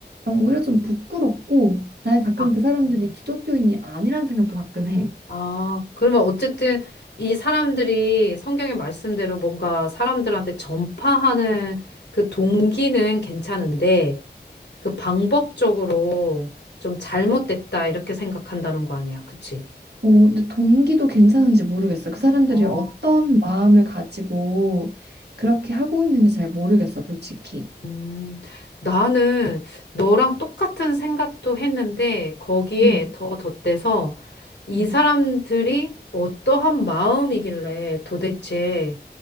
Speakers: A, on the right; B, on the left.
A: 난 오히려 좀 부끄럽고 나는 가끔
B: 아,
A: 그 사람들이
B: 어.
A: 기독교인이 아니란 생각도 가끔 해.
B: 아, 그러면 어쨌든 이 사람들이 성경의 말씀대로 뭔가 사람들한테 전파하는 그 동기는 괜찮은데 그 방법적으로 좀 잘못됐다 이렇게 생각한다는 거 아니야. 그치?
A: 어, 근데 동기도 괜찮은지 모르겠어. 그 사람들이
B: 아,
A: 어떤 마음을 가지고 그렇게 하고 있는지 잘 모르겠어, 솔직히.
B: 음, 나는 너랑 똑같은 생각도 했는데 거기에
A: 음,
B: 더 덧대서 이
A: 음,
B: 사람들이 어떠한 마음이길래 도대체